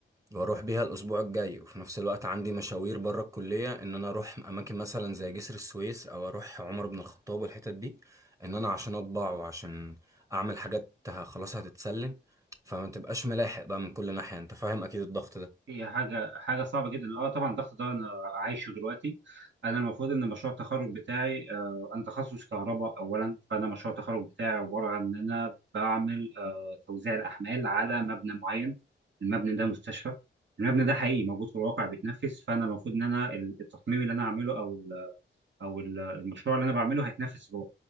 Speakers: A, on the right; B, on the right.
A: واروح بيها الاسبوع الجاي وفي نفس الوقت عندي مشاوير بره الكليه ان انا اروح اماكن مثلا زي جسر السويس او اروح عمر بن الخطاب والحتت دي ان انا عشان اطبع وعشان اعمل حاجات ه- خلاص هتتسلم فما تبقاش ملاحق بقى من كل ناحيه انت فاهم اكيد الضغط ده
B: هي حاجة حاجة صعبة جدا اه طبعا الضغط ده انا عايشه دلوقتي انا المفروض ان مشروع التخرج بتاعي آه انا تخصص كهرباء اولا فانا مشروع التخرج بتاعي عبارة عن ان انا بعمل آه توزيع الاحمال على مبنى معين المبنى ده مستشفى المبنى ده حقيقي موجود في الواقع بيتنفس فانا المفروض ان انا التصميم اللي انا هعمله او او ال- المشروع اللي انا بعمله هيتنافس روح